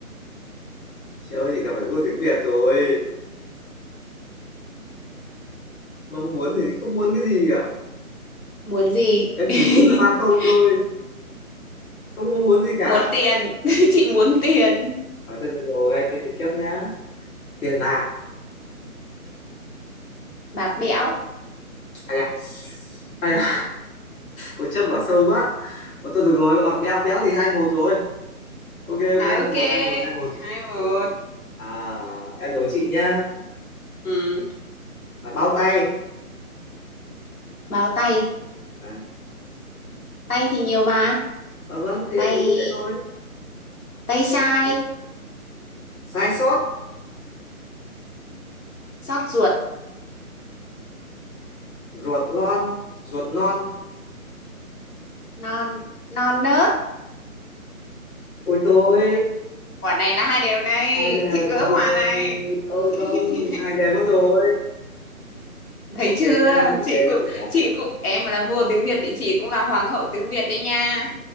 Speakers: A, on the left; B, on the left.
A: Trời ơi, chị gặp phải vua tiếng Việt rồi. mong muốn thì không muốn cái gì cả
B: muốn gì?
A: em
B: <laughs>
A: chỉ muốn là ba không thôi không có muốn gì cả
B: Muốn tiền. <laughs> Chị muốn tiền.
A: à, thôi được rồi thế thì chấp nhá tiền bạc
B: Bạc bẽo.
A: ai à ai à một chấp quả sâu quá Ủa, thôi được rồi bạc béo béo thì hai một rồi ok ok
B: À ok.
A: một hai một hai một
B: Hai một.
A: à, em đố chị nhá
B: Ừ.
A: à, bao tay
B: Bao tay.
A: à,
B: Tay thì nhiều mà.
A: à, vâng thì
B: Tay,
A: em đố dễ thôi
B: tay sai.
A: sai sót
B: Xót ruột.
A: ruột non ruột non
B: non non nớt
A: ôi tôi
B: quả này là hai đều này
A: hai đều
B: chị gỡ
A: rồi
B: hòa này
A: ôi
B: <laughs>
A: không hai đều mất rồi
B: thấy
A: ok
B: chưa
A: nhá ok
B: chị cũng
A: rồi
B: chị cũng em là vua tiếng Việt thì chị cũng là hoàng hậu tiếng Việt đấy nha